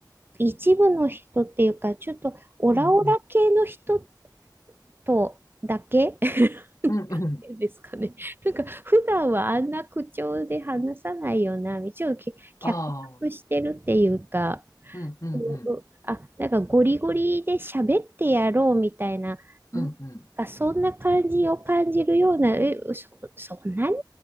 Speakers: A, on the right; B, on the left.
A: 一部の人っていうか、ちょっとオラオラ系の人
B: うん、
A: とだけ <laughs>
B: うん、うん、うん。
A: ですかね。なんか、普段はあんな口調で話さないよな、一応き、脚色してるっていうか、
B: ああ、うん、うん、
A: うんうんあ、
B: うん、
A: なんかゴリゴリで喋ってやろうみたいな、なんかそんな感じを感じるような、
B: うん、うん、
A: え、そ、そんなに、